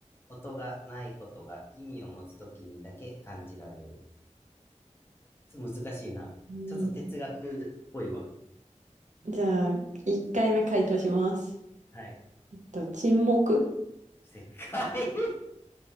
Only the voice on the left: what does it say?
音がないことが意味を持つときにだけ感じられる。ちょっと難しいな。
ちょっと哲学っぽいわ。
はい。
正解